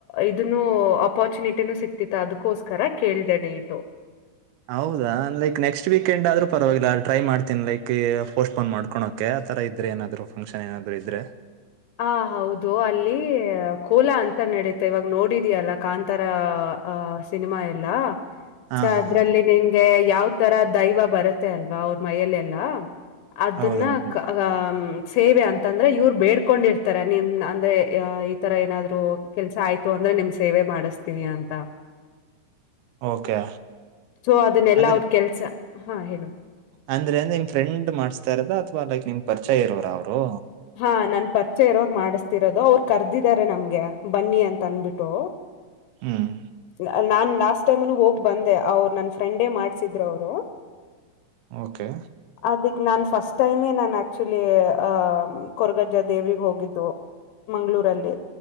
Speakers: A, on the left; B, on the right.
A: ಇದನ್ನು ಅಪಾರ್ಚುನಿಟಿನೂ ಸಿಗ್ತಿತ್ತು ಅದಕೋಸ್ಕರ ಕೇಳಿದೆ ಡೇಟು
B: ಹೌದಾ ಲೈಕ್ ನೆಕ್ಸ್ಟ್ ವೀಕೆಂಡ್ ಆದ್ರರು ಪರವಾಗಿಲ್ಲ ಟ್ರೈ ಮಾಡ್ತೀನಿ ಲೈಕ್ ಪೋಸ್ಟ್ಪೋನ್ ಮಾಡ್ಕೊಳೋಕೆ ಆತರ ಇದ್ರೆ ಏನದ್ರು ಫಂಕ್ಷನ್ ಏನಾದ್ರು ಇದ್ರೆ
A: ಹ ಹೌದು ಅಲ್ಲಿ ಕೋಲಾ ಅಂತ ನಡಿತೆ ಇವಾಗ ನೋಡಿದಿಯಲ್ಲ ಕಾಂತಾರ ಅ ಸಿನಿಮಾ ಎಲ್ಲಾ
B: ಹಾ
A: ಸ
B: ಹಾ
A: ಅದ್ರಲ್ಲಿ
B: ಹಾ
A: ನಿನ್ಗೆ ಯಾವದ್ ತರ ದೈವ ಬರುತ್ತೆ ಅಲ್ವಾ ಅವ್ರ ಮೈಯಲ್ಲೆಲ್ಲಾ ಅದುನ್ನ
B: ಹೌದೌದು
A: ಕ ಹಹ್ಮ್ ಸೇವೆ ಅಂತಂದ್ರೆ ಇವ್ರ್ ಬೇಡ್ ಕೊಂಡಿರ್ತಾರೆ ನಿಮ್ ಅಂದ್ರೆ ಈ ತರ ಏನಾದ್ರು ಕೆಲ್ಸ ಆಯ್ತು ಅಂದ್ರೆ ನಿಮ್ ಸೇವೆ ಮಾಡಿಸತೀವಿ ಅಂತ
B: ಓಕೆ
A: ಸೊ ಅದನ್ನೆಲ್ಲಾ
B: ಅಂದ್ರೆ
A: ಅವ್ರ ಕೆಲ್ಸ ಹಾ ಹೇಳು
B: ಅಂದ್ರೆ ನಿಮ್ ಫ್ರೆಂಡ್ ಮಾಡ್ಸ್ತಾರದ ಅತವಾ ಲೈಕ್ ನಿಮ್ ಪರಿಚಯ ಇರವ್ ರ ಅವ್ರು
A: ಹಾ ನನ್ ಪರಿಚಯ ಇರೋರು ಮಾಡಿಸ್ತಿರೋದು ಅವ್ರು ಕರ್ದಿದಿದ್ದಾರೆ ನಮ್ಗೆ ಬನ್ನಿ ಅಂತ ಅನ್ಬಿಟ್ಟು
B: ಹ್ಮ್
A: ನಾ ನಾನ್ ಲಾಸ್ಟ್ ಟೈಮ್ನು ಹೋಗ್ ಬಂದೆ ಅವ್ರು ನನ್ನ ಫ್ರೆಂಡೇ ಮಾಡ್ಸಿದ್ರು ಅವ್ರು
B: ಓಕೆ
A: ಅದಕ್ಕೆ ನಾನು ಫಸ್ಟ್ ಟೈಮೇ ನಾನು ಆ್ಯಕ್ಚುಲಿ ಆ ಕೊರಗಜ್ಜ ದೇವ್ರಿಗ್ ಹೋಗಿದ್ದು ಮಂಗ್ಳೂರಲ್ಲಿ